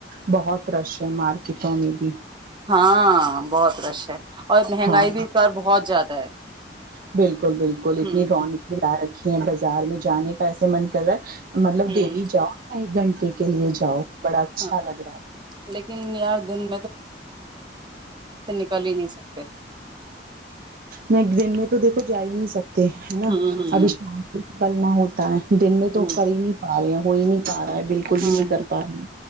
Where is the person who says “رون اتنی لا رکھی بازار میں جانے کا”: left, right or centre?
Right